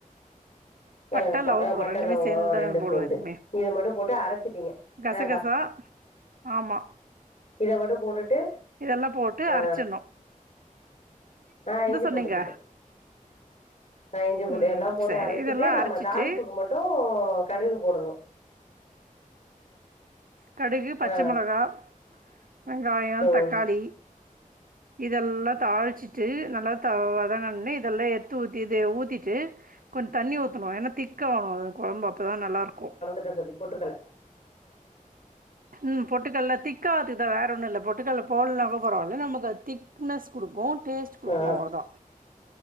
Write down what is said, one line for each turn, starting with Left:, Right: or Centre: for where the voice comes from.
Left: ஆ
Right: பட்டை
Left: ப
Right: லவங்கோ
Left: ஆ பட்ட
Right: ரெண்டுமே
Left: லவங்கோ
Right: சேந்துந்தான
Left: ரெண்டு
Right: போடுவோம்
Left: சேந்து
Right: எதுக்குமே
Left: இத மட்டு போட்டு அரச்சிட்டீங்க
Right: கசகசா
Left: ஆ
Right: ஆமா
Left: இத மட்டும் போட்டுட்டு
Right: இதெல்லா போட்டு
Left: ஆ
Right: அரைச்சிடணு
Left: ஆ இஞ்சி
Right: சொன்னீங்க
Left: பூண்டு சொல்லு இஞ்சி பூண்டு
Right: ம்
Left: எல்லா போட்டு
Right: சேரி
Left: அரைச்சிட்டு
Right: இதெல்லா
Left: நம்ம
Right: அரச்சிட்டு
Left: தாளிப்புக்கு மட்டும் கடுகு போடணு
Right: கடுகு பச்சை
Left: ஆ
Right: மிளகா வெங்காயோ
Left: ம்
Right: தக்காளி இதெல்லா தாளிச்சிட்டு நல்லா த வதங்குனதுமே இதெல்லா எடுத் ஊத்தி ஊத்திட்டு கொஞ்சோ தண்ணி ஊத்தணும் ஏன்னா திக்கா கொழம்பு அப்போ தா நல்லாருக்கும்
Left: இல்ல தோழி பொட்டுக்கடலை
Right: ம் பொட்டுக்கடல திக்கா ஆகுறதுக்குதா வேற ஒண்ணும் இல்ல பொட்டுக்கடலை போடலனாலு பரவால நமக்கு அது திக் திக்னஸ் குடுக்கும் டேஸ்ட் குடுக்கும்
Left: ஆ
Right: அவ்ளோதா